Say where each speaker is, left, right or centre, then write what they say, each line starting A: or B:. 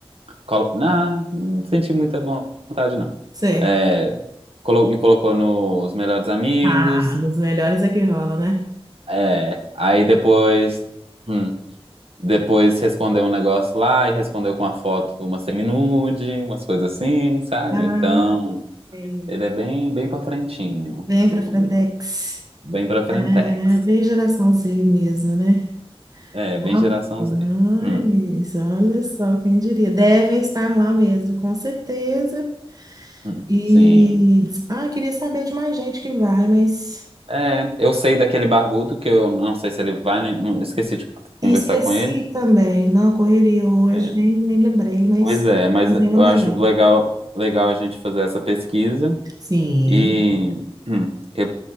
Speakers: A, on the right (about 70°); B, on the right (about 40°).
A: Colo... Não, não senti muita vontade, não.
B: Sei.
A: É, colo- me colocou nos melhores amigos.
B: Ah, nos melhores é que rola, né?
A: É, aí depois, hum, depois respondeu um negócio lá e respondeu com a foto uma seminude, umas coisas assim, sabe?
B: Ah,
A: Então,
B: sei.
A: ele é bem, bem pra frentinho,
B: Vem
A: o-
B: pra Frentex.
A: bem pra frentex.
B: É bem geração Z mesmo, né?
A: É,
B: Ah,
A: bem geração
B: Mas
A: Z. Hum,
B: olha só, quem diria? Devem estar lá mesmo, com certeza.
A: hum,
B: E
A: sim.
B: ah, queria saber de mais gente que vai, mas
A: É, eu sei daquele barbudo que eu não sei se ele vai, né? Não, esqueci de conversar
B: E esqueci
A: com ele.
B: também, não, correria hoje,
A: É,
B: nem, nem lembrei, mas
A: Pois é, mas
B: fazer ela
A: eu
B: amanhã.
A: acho legal, legal a gente fazer essa pesquisa
B: Sim.
A: e hum, que-